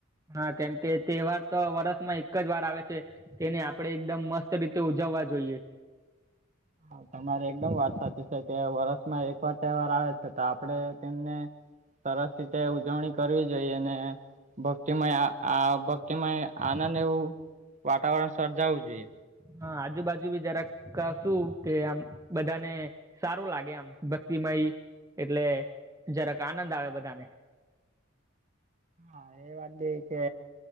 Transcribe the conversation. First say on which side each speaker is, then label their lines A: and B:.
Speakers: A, on the right; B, on the right.
A: હા, કેમ કે તહેવાર તો વરસમાં એક જ વાર આવે છે. તેને આપણે એકદમ મસ્ત રીતે ઉજવવા જોઈએ.
B: હા તમારી એકદમ વાત સાચી છે કે વરસમાં એકવાર તહેવાર આવે છે તો આપડે તેમને સરસ રીતે ઉજવણી કરવી જોઈએ ને, ભક્તિમય, આ ભક્તિમય આનંદ એવું વાતાવરણ સર્જાવું જોઈએ.
A: હા, આજુબાજુ બી જરાક ક સુ કે આમ બધાને સારું લાગે. આમ ભક્તિમય એટલે જરાક આનંદ આવે બધાને.
B: હા, એ વાત ઈ કે